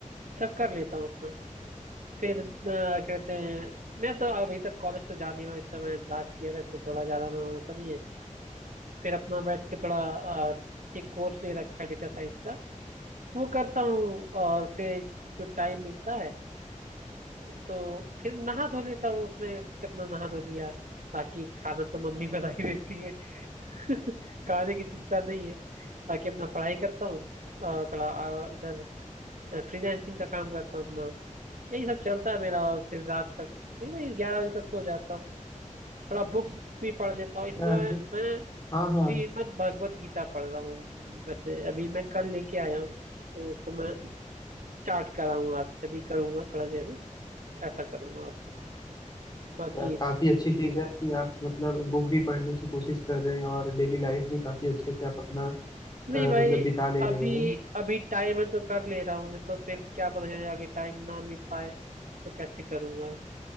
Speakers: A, on the right; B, on the left.
A: सब कर लेता हूँ अपना फिर अ, कहते हैं मैं तो अभी तक कॉलेज तो जा नहीं रहा हूँ इस समय लास्ट ईयर है तो थोड़ा जाना ना होता नहीं है फिर अपना बैठ के थोड़ा अ, एक कोर्स ले रखा है डेटा साइंस का वो करता हूँ और फिर जो टाइम मिलता है तो फिर नहा धो लेता हूँ उसमें कितना नहा धो लिया बाकी खाना तो मम्मी <laughs> बना ही देती है <laughs> खाने की चिंता नहीं है बाकी अपना पढ़ाई करता हूँ और थोड़ा अ, इधर फ्रीलांसिंग का काम करता हूँ अपना यही सब चलता है मेरा और फिर रात तक फिर मैं ग्यारह बजे तक सो जाता हूँ थोड़ा बुक्स भी पढ़ लेता हूँ इसमें
B: यार
A: मैं
B: हाँ हाँ
A: श्रीमद् भगवत गीता पढ़ रहा हूँ वैसे अभी मैं कल लेके आया हूँ तो उसको मैं स्टार्ट करा हूँ आज से अभी करूँगा थोड़ा देर में ऐसा करूँगा बाकी
B: यार काफी अच्छी चीज है कि आप मतलब बुक भी पढ़ने की कोशिश कर रहे हैं और डेली लाइफ भी काफी अच्छे से आप अपना
A: नहीं
B: अ, मतलब
A: भाई
B: बिता ले
A: अभी
B: रहे हैं
A: अभी टाइम है तो कर ले रहा हूँ नहीं तो फिर क्या पता चले आगे टाइम ना मिल पाए तो कैसे करूँगा